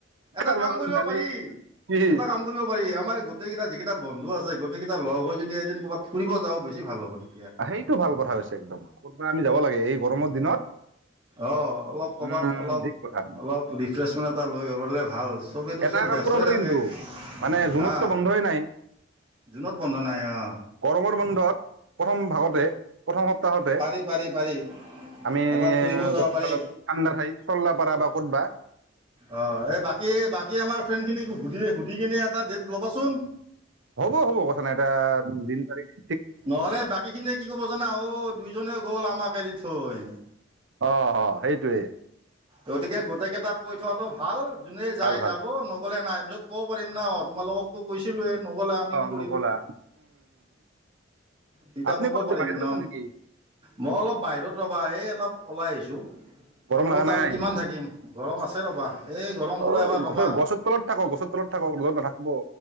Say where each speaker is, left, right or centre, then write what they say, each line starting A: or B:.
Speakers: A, on the right (about 30°); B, on the right (about 75°).
A: এটা
B: কাৰোবাৰ
A: কাম
B: ঘৰত
A: কৰিব
B: দালি
A: পাৰি,
B: কি
A: এটা কাম কৰিব পাৰি আমাৰ গোটেই কেইটা যিকেইটা বন্ধু <unintelligible> গোটেইকেইটা লগ হৈ যদি এদিন ক'বাত ফুৰিব যাও বেছি ভাল হ'ব তে
B: সেইটো ভাল কথা হৈছে একদম, ক'ত বা আমি যাব লাগে এই গৰমৰ দিনত
A: অ, অলপ ক'বাত
B: উম,
A: অলপ,
B: ঠিক কথা
A: অলপ ৰিফ্ৰেছমেণ্ট এটা লৈ আহিব পাৰিলে ভাল <unintelligible>
B: এটা
A: ব্যস্ত
B: কাম কৰিব
A: হৈ
B: পাৰি
A: থাকে
B: কিন্তু, মানে জুনত
A: হা
B: তো বন্ধই নাই।
A: জুনত বন্ধ নাই অঁ
B: গৰমৰ বন্ধত প্ৰথম ভাগতে প্ৰথম সপ্তাহতে,
A: পাৰি পাৰি পাৰি
B: আমি <unintelligible>
A: এবাৰ ফুৰিব যাব পাৰি
B: ঠাণ্ডাৰ ঠাই চল্লা পাৰা বা ক'ত বা।
A: অ, এই বাকী বাকী আমাৰ ফ্ৰেণ্ড খিনিক সুধি সুধি কিনে এটা ডেট ল'বাচোন।
B: হ'ব হ'ব কথা নাই এটা, দিন তাৰিখে
A: নহলে বাকী খিনিয়ে কি ক'ব জানা অ, দুইজনে গ'ল আমাক এৰি থৈ।
B: অ, হ, সেইটোৱে।
A: গতিকে, গোটেই কেইটাক কৈ থোৱাটো ভাল জোনে যাই
B: ভাল ভাল
A: যাব নগ'লে নাই, পিছত ক'ব পাৰিম <unintelligible> তোমালোকক তো কৈছিলোৱেই। নগ'লে আমি
B: অঁ
A: কি কৰিম।
B: নকলা
A: তেতিয়া
B: আপুনি
A: ক'ব
B: ক'ত আছে
A: পাৰিম
B: বাহিৰত
A: ন,
B: আছে নেকি
A: মই অলপ বাহিৰত <unintelligible> এই অলপ ওলাই আহিছো।
B: গৰম
A: ঘৰত
B: লগা
A: আৰু
B: নাই
A: কিমান থাকিম, গৰম আছে <unintelligible> ৰ'বা এই গৰম
B: অঁ
A: বোলো এবাৰ ৰ'বা।
B: গছৰ গছৰ তলত থাকক গছৰ তলত থাকক ৰ'দত নাথাকিব